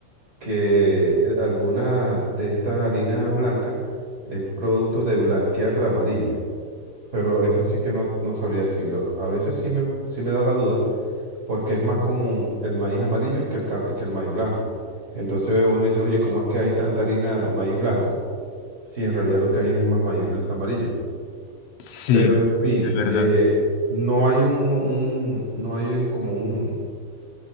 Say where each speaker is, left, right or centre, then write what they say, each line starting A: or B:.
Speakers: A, on the right (about 25°); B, on the left (about 90°).
A: que el- alguna de estas harinas blancas es producto de blanquear la amarilla, pero eso sí que no, no sabría decirlo. A veces sí me, sí me da la duda porque es más común el maíz amarillo que el, ca- que el maíz blanco. Entonces uno dice, oye, ¿cómo es que hay tanta harina de maíz blanco si en realidad lo que hay es más maíz bl- amarillo?
B: Sí,
A: Pero en fin,
B: es verdad.
A: eh, no hay un, un- no hay un, como un,